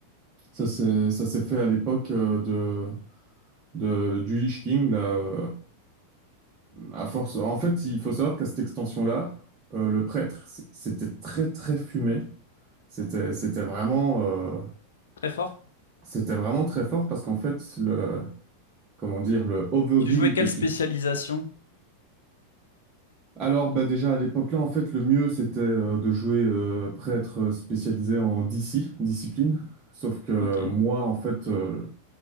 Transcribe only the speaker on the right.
ça s'est, ça s'est fait à l'époque euh, de, de, du Lich King, là, euh, à force. En fait, il faut savoir qu'à cette extension-là, euh, le prêtre, c- c'était très, très fumé. C'était, c'était vraiment, euh,
c'était vraiment très fort parce qu'en fait, le, comment dire, le overheal
que tu
Alors, bah déjà à l'époque-là, en fait, le mieux c'était euh, de jouer euh, prêtre euh, spécialisé en DC, discipline. Sauf que
moi, en fait, euh,